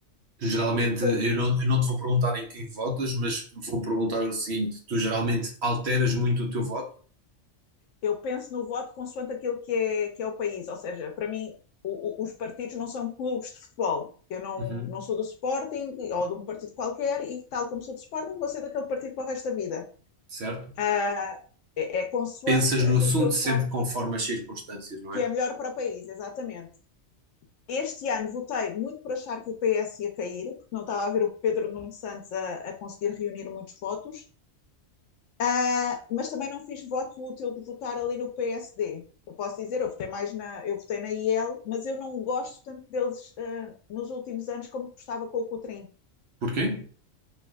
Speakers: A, on the right; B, on the left.
A: Geralmente,
B: E com
A: eu não, eu não te vou perguntar em quem votas, mas vou perguntar o seguinte: tu geralmente alteras muito o teu voto?
B: eu penso no voto consoante aquilo que é, que é o país. Ou seja, para mim, o, o, os partidos não são clubes de futebol. Eu não,
A: Uhum.
B: não sou do Sporting ou de um partido qualquer e, tal como sou do Sporting, vou ser daquele partido para o resto da vida.
A: Certo?
B: Uh, é, é consoante
A: pensas no
B: aquilo
A: assunto
B: que eu achar
A: sempre
B: que,
A: conforme as circunstâncias, não
B: que
A: é?
B: é melhor para o país, exatamente. Este ano votei muito por achar que o PS ia cair, porque não estava a ver o Pedro Nuno Santos a, a conseguir reunir muitos votos, Ah, mas também não fiz voto útil de votar ali no PSD. Eu posso dizer, eu votei mais na, eu votei na IEL, mas eu não gosto tanto deles ah, nos últimos anos como gostava com o Cotrim.
A: Porquê?